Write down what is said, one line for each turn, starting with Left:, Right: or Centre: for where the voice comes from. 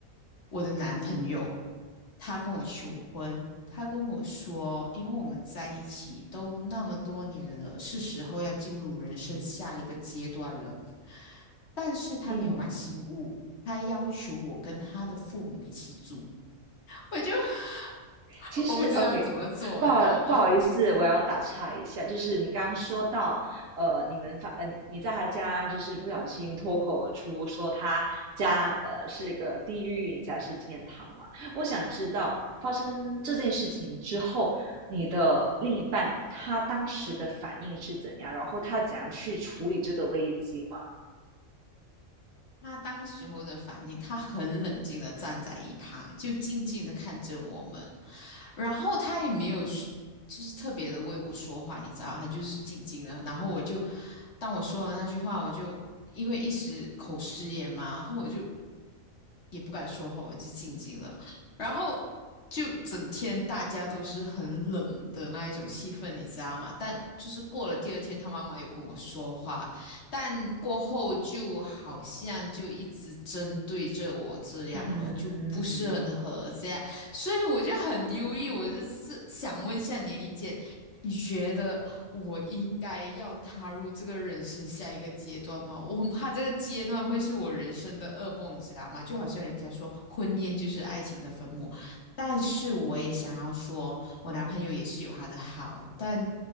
Left: 我的男朋友，他跟我求婚，他跟我说，因为我们在一起都那么多年了，是时候要进入人生下一个阶段了。但是他没有买新屋，
Right: 嗯
Left: 他要求我跟他的父母一起住。我就 <laughs>
Right: 其实，OK，
Left: 我不知道怎么做，
Right: 不好不好意思，
Left: 你知道吗？
Right: 我要打岔一下，就是你刚刚说到，呃，你们发，呃，你在他家就是不小心脱口而出说他家呃是一个地狱，你家是天堂嘛？我想知道发生这件事情之后，你的另一半他当时的反应是怎样，然后他怎样去处理这个危机嘛？
Left: 他当时候的反应，他很冷静的站在一旁，就静静的看着我们，然后他也没有说就是特别的为我说话，你知道，他就是静静的。然后我就，当我说了那句话，我就因为一时口失言嘛，然后我就也不敢说话，我就静静了。然后就整天大家都是很冷的那一种气氛，你知道吗？但就是过了第二天，他妈妈有跟我说话。但过后就好像就一直针对着我这样咯，
Right: 嗯
Left: 就不是很合这样，所以我就很忧郁。我就是想问一下你的意见，你觉得我应该要踏入这个人生下一个阶段吗？我很怕这个阶段会是我人生的噩梦，你知道吗？就好像人家说婚姻就是爱情的坟墓，但是我也想要说，我男朋友也是有他的好，但